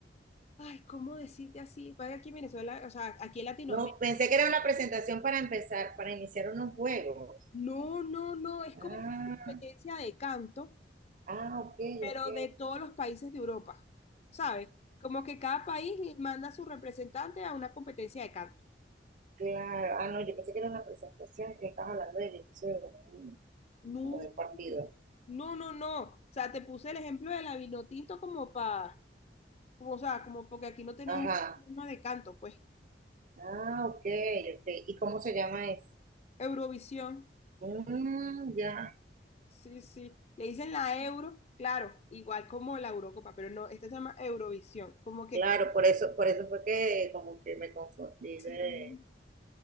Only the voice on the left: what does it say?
ay, ¿cómo decirte así? Vaya aquí en Venezuela, o sea, aquí en Latinoamérica.
No, no, no, es como
una competencia de canto,
pero
de todos los países de Europa, ¿sabes? Como que cada país manda a su representante a una competencia de canto.
No,
no, no, no. O sea, te puse el ejemplo de la Vinotinto como para, como, o sea, como porque aquí no tenemos
forma de canto, pues.
Eurovisión.
Sí, sí. Le dicen la Euro, claro, igual como la Eurocopa, pero no, esta se llama Eurovisión. Como que,
Sí.